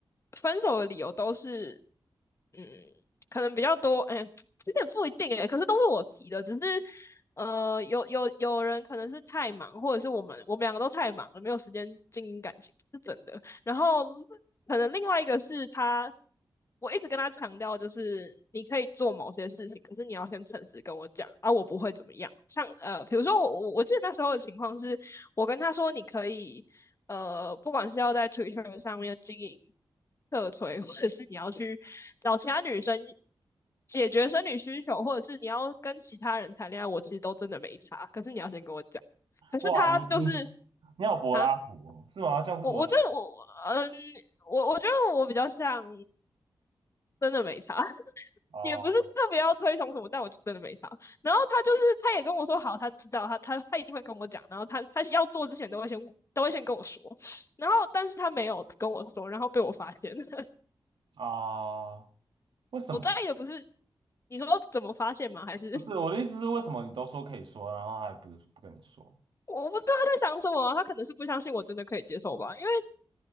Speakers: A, on the left; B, on the right.
A: 分手的理由都是，嗯，可能比较多，哎、这点不一定哎、可是都是我提的，只是呃，有有有人可能是太忙，或者是我们我们两个都太忙了，没有时间经营感情，是真的。然后可能另外一个是他，我一直跟他强调，就是你可以做某些事情，可是你要先诚实跟我讲啊，我不会怎么样。像呃，比如说我我我记得那时候的情况是，我跟他说你可以呃，不管是要在 Twitter 上面经营社推，或者是你要去找其他女生。解决生理需求，或者是你要跟其他人谈恋爱，我其实都真的没差。可是你要先跟我讲。可是他就是
B: 哇，你你你好柏拉图哦，
A: 啊，
B: 是吗？这样是柏拉
A: 我我觉得我嗯，我我觉得我比较像真的没差，<laughs>
B: 图哦
A: 也不是特别要推崇什么，但我就真的没差。然后他就是他也跟我说好，他知道他他他一定会跟我讲，然后他他要做之前都会先都会先跟我说，然后但是他没有跟我说，然后被我发现了。
B: 啊？
A: <laughs>
B: 为什么？
A: 我大概也不是你说怎么发现吗？还是 <laughs>
B: 不是我的意思是，为什么你都说可以说，然后还不不跟你说？
A: 我不知道他在想什么啊，他可能是不相信我真的可以接受吧，因为